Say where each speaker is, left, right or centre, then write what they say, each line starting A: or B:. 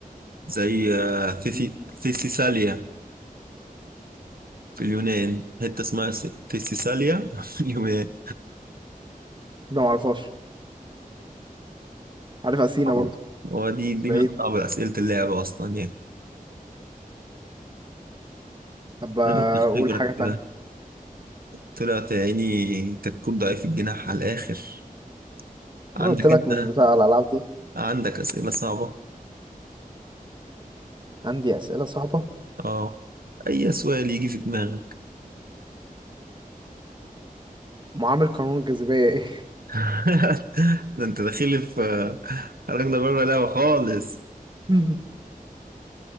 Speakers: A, on the right (about 80°); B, on the right (about 30°).
A: زي آه، ثيسي
B: مم.
A: ثيسيساليا في اليونان حتة اسمها س- تساليا <laughs> في اليونان
B: لا معرفهاش عارف أثينا
A: طبعا
B: برضه
A: <laughs> هو دي دي
B: بس بعيدة
A: من أصعب أسئلة اللعبة أصلا يعني
B: طب آه،
A: نقطة خبرة
B: أقول حاجة تانية
A: كده طلعت يا عيني كتكوت ضعيف الجناح على الآخر عندك
B: أنا قلت لك
A: أنت
B: مش بتاع الألعاب دي
A: عندك أسئلة صعبة
B: عندي أسئلة صعبة
A: أه أي سؤال يجي في دماغك
B: معامل قانون الجاذبية إيه
A: <laughs> ده أنت داخل في خرجنا بره اللعبة خالص
B: <laughs>